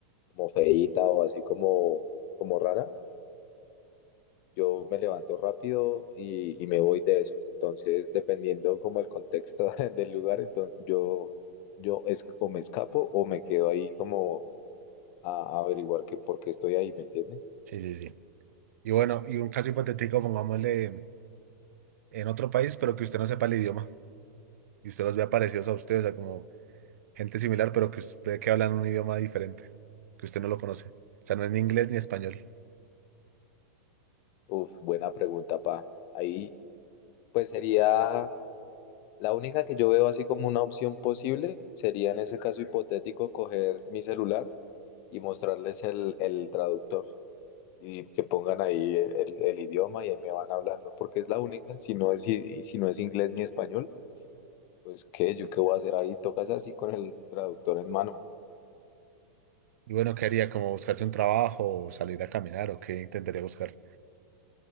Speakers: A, on the left; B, on the right.
A: como feíta o así como, como rara. Yo me levanto rápido y, y me voy de eso. Entonces, dependiendo como el contexto <laughs> del lugar, entonces yo, yo es, o me escapo o me quedo ahí como a, a averiguar que por qué estoy ahí, ¿me entiende?
B: Sí, sí, sí. Y bueno, y un caso hipotético, pongámosle en otro país, pero que usted no sepa el idioma y usted los vea parecidos a ustedes, o sea, como Gente similar, pero que, us- ve que hablan un idioma diferente, que usted no lo conoce. O sea, no es ni inglés ni español.
A: Uf, buena pregunta, pa. Ahí, pues sería la única que yo veo así como una opción posible, sería en ese caso hipotético coger mi celular y mostrarles el, el traductor. y que pongan ahí el, el idioma y ahí me van hablando, porque es la única, si no es, i- si no es inglés ni español, pues qué, yo qué voy a hacer ahí, tocas así con el traductor en mano.
B: Y bueno, ¿qué haría? ¿Como buscarse un trabajo o salir a caminar o qué intentaría buscar?